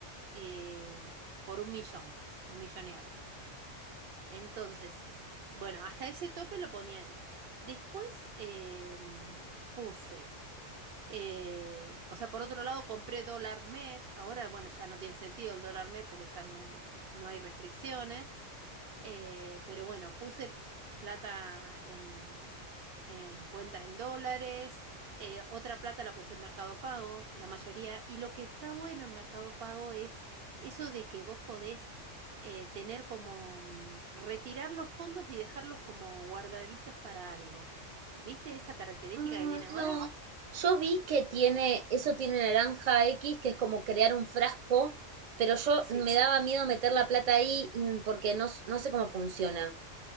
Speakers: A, on the right; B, on the right.
A: eh, por un millón, un millón y algo. Entonces, bueno, hasta ese tope lo ponía ahí. Después em, puse. Eh, o sea, por otro lado, compré dólar MEP. Ahora, bueno, ya no tiene sentido el dólar MEP porque ya no, no hay restricciones. Eh, pero bueno, puse plata en, en cuenta en dólares. Eh, otra plata la puse en Mercado Pago, la mayoría. Y lo que está bueno en Mercado Pago es eso de que vos podés eh, tener como mm, retirar los fondos y dejarlos como guardaditos para algo. ¿Viste esa característica
B: Ah,
A: que tiene ahora?
B: no. Yo vi que tiene, eso tiene naranja X, que es como crear un frasco, pero yo
A: Sí.
B: me daba miedo meter la plata ahí mm, porque no, s- no sé cómo funciona.